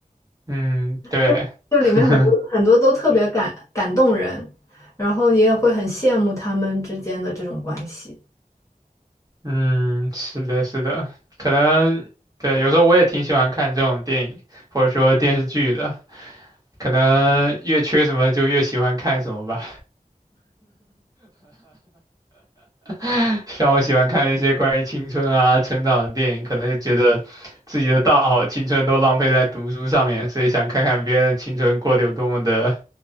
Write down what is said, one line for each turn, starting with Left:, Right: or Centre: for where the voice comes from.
Right: 嗯，对。
Left: 就就里面很多很多都特别感感动人，
Right: <laughs>
Left: 然后你也会很羡慕他们之间的这种关系，
Right: 嗯，是的，是的，可能对，有时候我也挺喜欢看这种电影或者说电视剧的，可能越缺什么就越喜欢看什么吧。<laughs> 像我喜欢看那些关于青春啊、成长的电影，可能就觉得自己的大好青春都浪费在读书上面，所以想看看别人的青春过得有多么的、